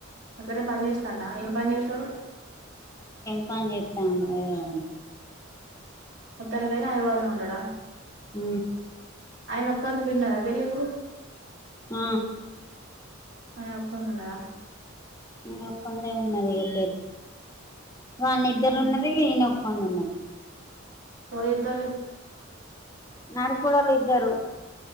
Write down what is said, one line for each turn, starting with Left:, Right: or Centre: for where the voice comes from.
Right: అగర బజేస్తా నా ఏం బా నిసోడు
Left: తప్ప అని చెప్తా ఉం అదే అ
Right: ముత్తనకయ అయబదు ఉండడా
Left: హ
Right: ఆయన ఒక్కంది పిన్నదా వెళ్ళి ఇప్పుడు
Left: ఆ
Right: ఆ ఒక్కన్నలయా
Left: నేన ఒక్కందే ఉన్నది గతే వాని ఇద్దరు
Right: ఆహా
Left: ఉన్నది ఈయనొ పన్న ఉన్నా
Right: ఎవలిద్దరు
Left: నడుకడలుద్దారు